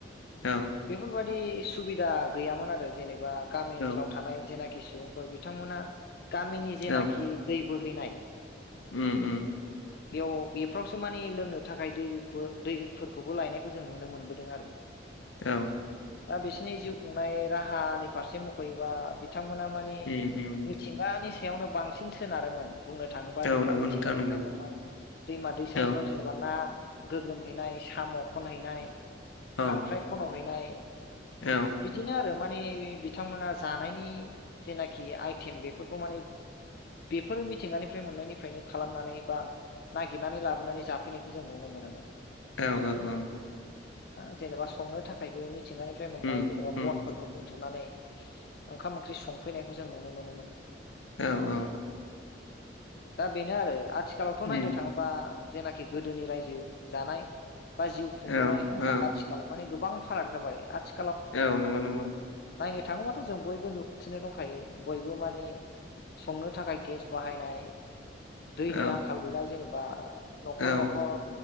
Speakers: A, on the left; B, on the left.
A: औ
B: बेफोरबायदि सुबिदा गैयामोन आरो जेनेबा गामि ओनसोलाव
A: औ
B: थानाय जेनाखि सुबुंफोर बिथांमोना गामिनि जेनाखि
A: औ
B: दै बो हैनाय
A: उम उम
B: बेयाव बेफ्रावसो मानि लोंनो थाखाय दैबो दै फोरखौबो लायनायखौ जों नुनो मोनबोदों आरो
A: औ
B: दा बिसोरनि जिउ खुंनाय राहानि फारसे मख'योबा बिथांमोना माने
A: उम उम
B: मिथिंगानि सायावनो बांसिन सोनारोमोन बुंनो थाङोबा
A: औ
B: जेनेबा
A: नंगौ
B: मिथिंगानिफ्राय
A: नोंथां नंगौ
B: मोननाय दैमा दैसाफोराव
A: औ
B: जेनेबा ना गोग्रोमहैनाय साम' खनहैनाय
A: औ
B: खांख्राय खनहनाय
A: औ
B: बिदिनो आरो माने बिथांमोना जानायनि जेनाखि आइटेम बेफोरखौ माने बेफोर मिथिंगानिफ्राय मोननायनिफ्रायनो खालामनानै बा नागिरनानै लाबोनानै जाफैनायखौ जों नुनो मोन मोनो मोन
A: औ औ औ
B: जेनेबा संनो थाखायबो मिथिंगानिफ्राय मोननाय
A: उम
B: जेनेबा
A: उम
B: बनफोरखौ बुथुमनानै ओंखाम ओंख्रि संफैनायखौ जों नुनो मोनोमोन
A: औ औ
B: दा बेनो आरो आथिखालावथ
A: उम
B: नायनो थाङोबा जेनाखि गोदोनि रायजो जानाय बा जिउ खुंबोनाय
A: औ औ
B: आथिखाल माने गोबां फाराग जाबाय आथि
A: औ नंगौ नंगौ
B: नायनो थाङोबाथ जों बयबो नुगासिनो दंखायो बयबो माने संनो थाखाय गेस बाहायनाय दैनि
A: औ
B: आंखाल गैला जेनेबा नखर
A: औ
B: नखर